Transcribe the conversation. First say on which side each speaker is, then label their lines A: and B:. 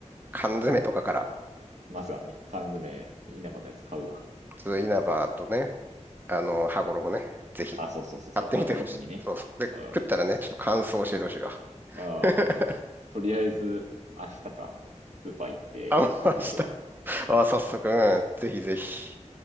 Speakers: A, on the right (about 15°); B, on the right (about 70°).
A: 缶詰とかから、
B: まずはね、缶詰、稲葉のやつ買うわ。
A: ちょっと稲葉とね、あの、羽衣ね、ぜひ
B: あ、そうそうそうそう、
A: 買ってみてほしい。
B: 羽衣にね。
A: そうそう。で、
B: うん。
A: 食ったらね、ちょっと感想教えてほしいわ。
B: ああ、
A: <laughs>
B: とりあえず、明日か、スーパー行って買ってみるわ。
A: あんました。あ、早速、うん、ぜひぜひ。